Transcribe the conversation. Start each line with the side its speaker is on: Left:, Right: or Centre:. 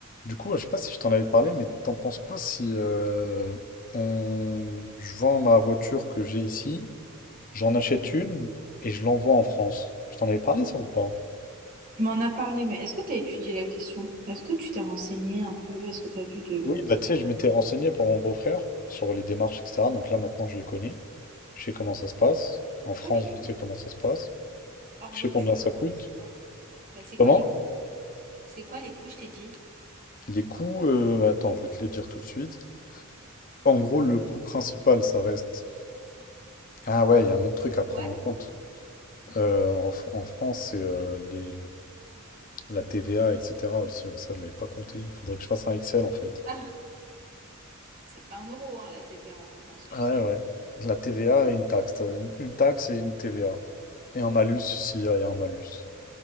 Left: Du coup, ouais, je sais pas si je t'en avais parlé, mais t'en penses quoi si euh, on... je vends ma voiture que j'ai ici, j'en achète une et je l'envoie en France? Je t'en avais parlé ça ou pas?
Right: Tu m'en as parlé, mais est-ce que tu as étudié la question? Est-ce que tu t'es renseigné un peu? Est-ce que tu as vu de... le-
Left: Oui,
Right: Parce
Left: bah tu
Right: qu'on
Left: sais,
Right: en
Left: je
Right: a
Left: m'étais
Right: parlé
Left: renseigné
Right: il y a quelques
Left: pour
Right: jours.
Left: mon beau-frère sur les démarches, etc. Donc là maintenant je les connais. Je sais comment ça se passe.
Right: C'est
Left: En France,
Right: quoi les coûts?
Left: je sais comment ça se passe.
Right: Hors
Left: Je
Right: voiture,
Left: sais combien ça coûte.
Right: euh, c'est quoi? Bah, c'est
Left: Comment?
Right: quoi les coûts? C'est quoi les coûts, je t'ai dit?
Left: Les coûts, euh, attends, je vais te les dire tout de suite. En gros, le coût principal, ça reste. Ah ouais, il y a un autre
Right: Les
Left: truc à
Right: douanes?
Left: prendre en compte. Euh, en, Fr- en France, c'est euh, les, les La TVA, etc. aussi, ouais, ça je l'avais pas compté. Il faudrait que je fasse un Excel en fait.
Right: Ah, c'est pas un euro, hein, la TVA en France, tu
Left: Ouais,
Right: sais.
Left: ouais. La TVA et une taxe. T'as Une une taxe et une TVA. Et un malus s'il y a un malus.